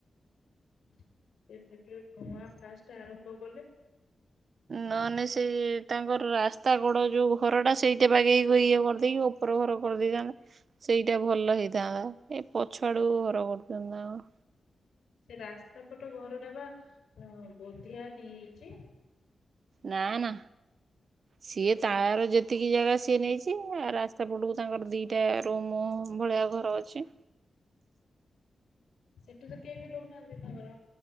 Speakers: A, on the left; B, on the right.
A: ସେ ସେଠିରୁ ନୂଆ ଫାଷ୍ଟ ଆରମ୍ଭ କଲେ
B: ନହେଲେ ସେଇ ତାଙ୍କର ରାସ୍ତାକଡ ଯୋଉ ଘରଟା ସେଇଟା ବାଗେଇ ବୁଗେଇ ଇଏ କରିଦେଇକି ଓପର ଘର କରି ଦେଇଛନ୍ତି। ସେଇଟା ଭଲ ହେଇଥାନ୍ତା। ଏଇ ପଛଆଡୁକୁ ଘର କରିଛନ୍ତି ନା କଣ?
A: ସେ ରାସ୍ତା ପଟ ଘରଟା ବା ବୋଧିଆ ନେଇଯାଇଛି।
B: ନା ନା। ସିଏ
A: ହୁଁ
B: ତାର ଯେତିକି କି ଜାଗା ସିଏ ନେଇଛି, ଆ ରାସ୍ତା ପଟକୁ ତାଙ୍କର ଦିଟା ରୁମ୍ ଭଳିଆ ଘର ଅଛି
A: ସେଠୁ ତ କେହି ବି ରହୁନାହାଁନ୍ତି ତାଙ୍କର?